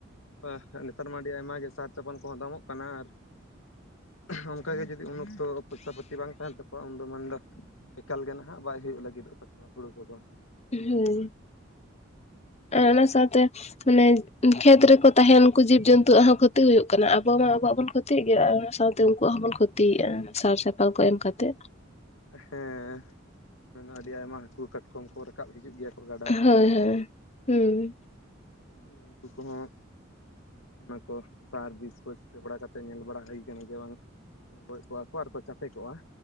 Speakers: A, on the left (about 85°); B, on the left (about 35°).
A: ᱦᱳᱭ ᱱᱮᱛᱟᱨ ᱢᱟ ᱟᱹᱰᱤ ᱟᱭᱢᱟ ᱜᱮ ᱥᱟᱨ ᱪᱟᱯᱟᱱ ᱠᱚᱦᱚᱸ ᱫᱟᱢᱚᱜ ᱠᱟᱱᱟ ᱟᱨ <unintelligible> ᱚᱱᱠᱟᱜᱮ ᱡᱩᱫᱤ ᱩᱱ ᱚᱠᱛᱚ ᱯᱚᱭᱥᱟᱼ ᱯᱟᱹᱛᱤ ᱵᱟᱝ ᱛᱟᱦᱮᱱ ᱛᱟᱠᱚᱣᱟ ᱩᱱᱫᱚ ᱢᱮᱱᱫᱟ ᱮᱠᱟᱞ ᱜᱮ ᱱᱟᱦᱟᱜ ᱵᱟᱭ ᱦᱩᱭᱩᱜ ᱞᱟᱹᱜᱤᱫᱚᱜ ᱛᱟᱠᱚᱣᱟ ᱦᱩᱲᱩ ᱠᱚᱫᱚ
B: ᱦᱩᱸ ᱟᱨ ᱚᱱᱟ ᱥᱟᱶᱛᱮ ᱢᱟᱱᱮ ᱠᱷᱮᱛ ᱨᱮᱠᱚ ᱛᱟᱦᱮᱱ ᱩᱱᱠᱩ ᱡᱤᱵ ᱡᱚᱱᱛᱩᱣᱟᱜ ᱦᱮᱹ ᱠᱷᱚᱛᱤ ᱦᱩᱭᱩᱜ ᱠᱟᱱᱟ ᱟᱵᱚ ᱢᱟ ᱟᱵᱚᱣᱟᱜ ᱵᱚᱱ ᱠᱷᱚᱛᱤᱜ ᱜᱮᱭᱟ ᱚᱱᱟ ᱥᱟᱶᱛᱮ ᱩᱱᱠᱩᱣᱟᱜ ᱦᱚᱸᱵᱚᱱ ᱠᱷᱚᱛᱤ ᱛᱤᱭᱮᱜᱼᱟ ᱥᱟᱨ ᱪᱟᱯᱟ ᱠᱚ ᱮᱢ ᱠᱟᱛᱮᱜ
A: ᱦᱮᱸ ᱢᱮᱱ ᱟᱹᱰᱤ ᱟᱭᱢᱟ ᱦᱟᱹᱠᱩ ᱠᱟᱴᱠᱚᱢ ᱠᱚᱨᱮ ᱨᱟᱠᱟᱵ ᱦᱤᱡᱜ ᱜᱮᱭᱟ ᱠᱚ ᱜᱟ
B: ᱦᱳᱭ ᱦᱳᱭ ᱦᱩᱸ
A: ᱦᱩᱸ ᱩᱱᱠᱩ ᱠᱚᱦᱚᱸ ᱚᱱᱟ ᱠᱚ ᱥᱟᱨᱵᱤᱥ ᱠᱚ <unintelligible> ᱥᱮᱴ ᱵᱟᱲᱟ ᱠᱟᱛᱮ ᱧᱮᱞ ᱵᱟᱲᱟ ᱦᱩᱭ ᱟᱠᱟᱱᱟ ᱜᱮᱭᱟ ᱵᱟᱝ ᱜᱚᱡ ᱠᱚᱜ-ᱟ ᱠᱚ ᱟᱨ ᱠᱚ ᱪᱟᱯᱮ ᱠᱚᱜ-ᱟ